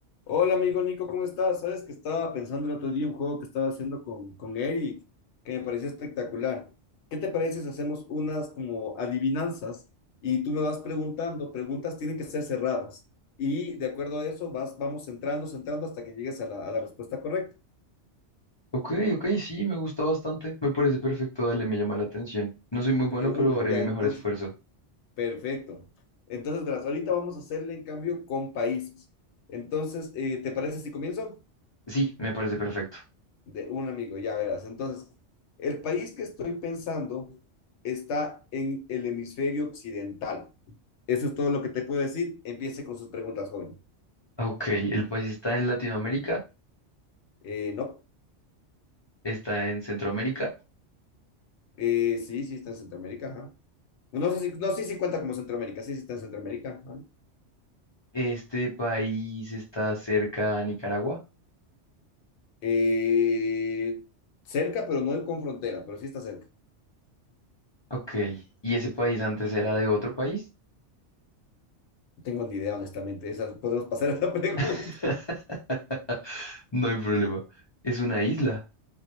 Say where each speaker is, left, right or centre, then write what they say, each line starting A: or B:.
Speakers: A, on the left; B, on the left.
A: Hola amigo Nico, ¿cómo estás? Sabes que estaba pensando el otro día un juego que estaba haciendo con, con Eric, que me parecía espectacular. ¿Qué te parece si hacemos unas como adivinanzas y tú me vas preguntando? Preguntas tienen que ser cerradas y de acuerdo a eso vas, vamos entrando, entrando hasta que llegues a la, a la respuesta correcta.
B: Ok, ok, sí, me gusta bastante. Me parece perfecto, dale, me llama la atención. No soy muy
A: De
B: bueno,
A: una,
B: pero haré
A: ya,
B: mi mejor
A: entonces,
B: esfuerzo.
A: perfecto. Entonces, verás, ahorita vamos a hacerle en cambio con países. Entonces, eh, ¿te parece si comienzo?
B: Sí, me parece perfecto.
A: de un amigo, ya verás. Entonces, el país que estoy pensando está en el hemisferio occidental. Eso es todo lo que te puedo decir. Empiece con sus preguntas, joven.
B: Ah, Ok, el país está en Latinoamérica,
A: Eh, no,
B: está en Centroamérica.
A: Eh, sí, sí está en Centroamérica, ajá. No sé si, no, sí, sí cuenta como Centroamérica, sí, sí está en Centroamérica. ajá.
B: Este país está cerca a Nicaragua.
A: Eh, cerca, pero no con frontera, pero sí está cerca.
B: Ok, ¿y ese país antes era de otro país?
A: No tengo ni idea, honestamente. Esa, podemos pasar a esa <laughs> pregunta.
B: <laughs> No hay problema. Es una isla.